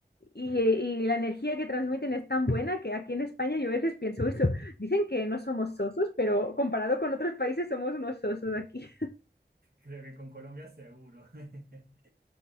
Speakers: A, on the left; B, on the right.
A: y, y la energía que transmiten es tan buena que aquí en España yo a veces pienso eso. Dicen que no somos sosos, pero comparado con otros países somos unos sosos aquí.
B: Creo que con Colombia seguro. <laughs>